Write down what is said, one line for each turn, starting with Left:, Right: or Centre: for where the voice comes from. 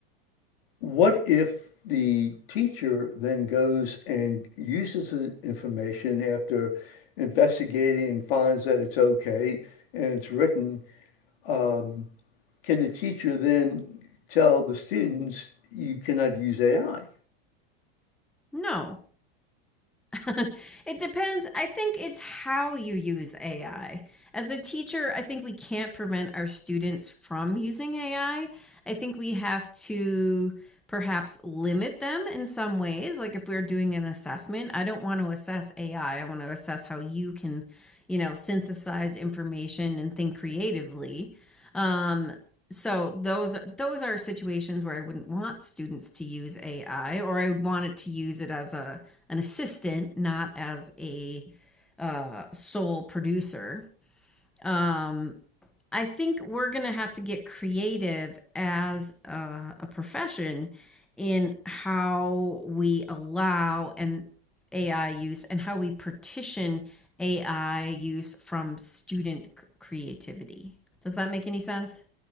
Left: What if the teacher then goes and uses the information after investigating and finds that it's okay and it's written? Um, Can the teacher then tell the students you cannot use AI?
Centre: No, <laughs> it depends. I think it's how you use AI. As a teacher, I think we can't prevent our students from using AI. I I think we have to perhaps limit them in some ways. Like if we're doing an assessment, I don't want to assess AI. I I want to assess how you can, you know, synthesize information and think creatively. Um, so those those are situations where I wouldn't want students to use AI, or I would want it to use it as a an assistant, not as a uh, sole producer. Um, I think we're going to have to get creative as a, a profession in how we allow an AI use and how we partition AI use from student creativity. Does that make any sense?